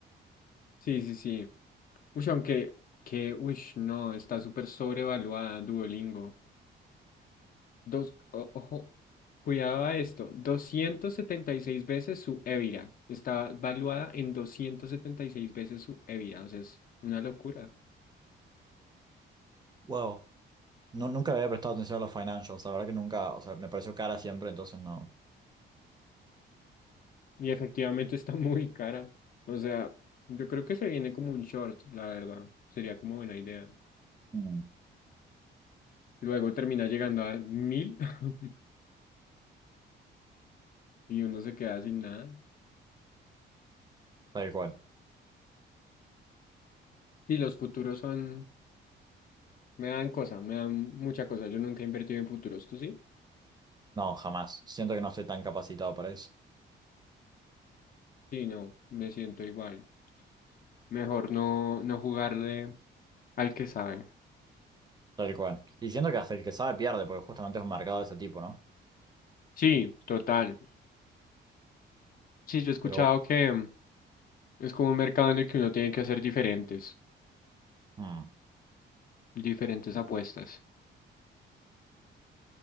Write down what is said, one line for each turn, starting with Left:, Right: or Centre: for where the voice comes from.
Left: Sí, sí, sí. Uy, aunque, que, uy, no, está súper sobrevaluada Duolingo. Dos, o- ojo, cuidado a esto, 276 veces su Evira. Está valuada en 276 veces su Evira, o sea, es una locura.
Right: Wow. No, nunca le había prestado atención a los financials, la verdad que nunca, o sea, me pareció cara siempre, entonces no.
Left: Y efectivamente está <laughs> muy cara. O sea, yo creo que se viene como un short, la verdad. Sería como buena idea.
Right: Mm.
Left: Luego termina llegando a mil <laughs> y uno se queda sin nada.
Right: Tal cual.
Left: Sí, los futuros son Me dan cosas, me dan mucha cosa. Yo nunca he invertido en futuros, ¿tú sí?
Right: No, jamás. Siento que no estoy tan capacitado para eso.
Left: Sí, no, me siento igual. Mejor no, no jugarle al que sabe.
Right: Tal cual. Y siento que hasta el que sabe pierde, porque justamente es un mercado de ese tipo, ¿no?
Left: Sí, total. Sí, yo he escuchado
Right: Pero bueno.
Left: que mm, es como un mercado en el que uno tiene que hacer diferentes,
Right: Mm.
Left: diferentes apuestas.